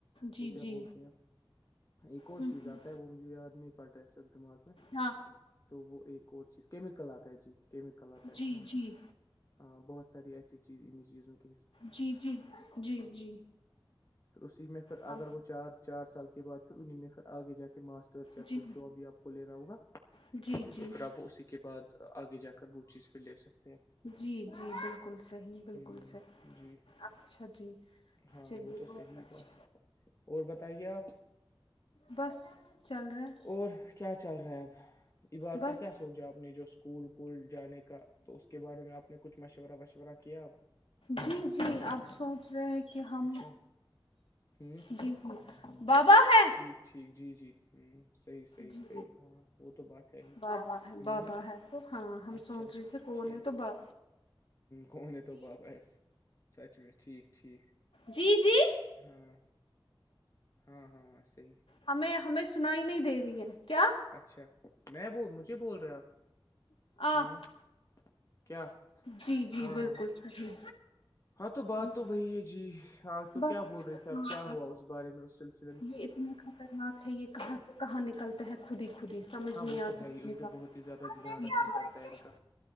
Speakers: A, on the left (about 80°); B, on the left (about 35°).
A: جی
B: سو کیا
A: جی
B: بولتے ہیں یار ایک اور
A: ہوں
B: چیز
A: ہوں
B: آتا ہے وہ مجھے یار پڑ رہے س دماغ میں
A: ہاں
B: تو وہ ایک اور چیز کیم کل آتا ہے جی کییمکلات آ
A: جی
B: نوراں
A: جی
B: بہت ساری ایسی چیز ان چیزوںک
A: جی جی جی جی
B: پھر اسی میں پھر
A: ہاں
B: اگر وہ چار چار سال کے بعد پھر انیں میں پھر آگے جا کے ماسٹر
A: جی
B: کو جواب بھی آپ کو لینا ہوگا
A: جی جی
B: تو پھر آپ اسی کے بعد آگے جا کر وہ چیز پہ لے سکتے ہیں
A: جی جی بالکل صحیح بالکل
B: ہ
A: صحیح
B: جی
A: اچھا جی
B: ہاں
A: چلیے
B: وہ تو
A: بہت
B: صحیح
A: اچھا
B: بات ہے اور بتائیے آپ
A: بس چل رہے ہیں
B: اور کیا چل رہا ہے اب یہ بات
A: بس
B: کا کیا سوچا آپ نے جو اسکول کوول جانے کا تو اس کے بارے میں آپ نے کچھ مشورہ وشورہ کیا آپ
A: جی جی آپ سوچ رہے ہیں کہ ہم
B: اچھا ہ
A: جی جی بابا ہے
B: ٹھیک ٹھیک جی جی صحیح صحیح
A: جی
B: صحیح ہاں وہ تو بات ہے ہی
A: بابا ہے
B: ہوں
A: بابا ہے تو ہاں ہم
B: اچھا
A: سوچ رہے تھے کون
B: ٹھیک
A: ہے صبح
B: کون تو بب اس سوچ میں ٹھیک ٹھیک
A: جی جی
B: ہاں ہاں ہاں صی
A: ہمیں ہمیں سنائی نہیں دے رہی ہے کیا
B: اچھا میں ب مجھے بول رہے آپ
A: <unintelligible>
B: ہاں کیا
A: جی جی
B: ہاں
A: بالکل
B: ہاں
A: صحیح
B: ہاں تو بات
A: جی
B: تو وہی ہے جی ہاں تو
A: بس
B: کیا بول رہے تھے اپ
A: ہاں
B: کیا ہوا اس بارے میں اس سلسللہ
A: یہ اتنے خطرناک ہے یہ کہاں سے کہاں نکلتا ہے خود ہی خودی سمجھ
B: ہاں
A: نہیں
B: وہ تو
A: آتا ہے
B: ہی ان
A: اس
B: پہ
A: کا
B: بہت زیادہ دھیان
A: جی
B: رکھنا
A: جی
B: پڑتا ہے ان کا